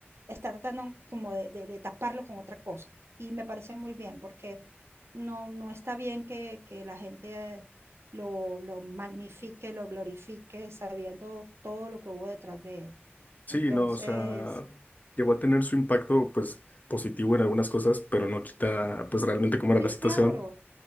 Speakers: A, on the right; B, on the left.
A: está tratando como de, de- de taparlo con otra cosa. Y me parece muy bien porque no, no está bien que, que la gente lo, lo magnifique, lo glorifique, sabiendo todo lo que hubo detrás de él.
B: Sí,
A: Entonces,
B: no, o sea, llegó a tener su impacto, pues, positivo en algunas cosas, pero no quita, pues, realmente cómo era
A: Sí,
B: la situación.
A: claro.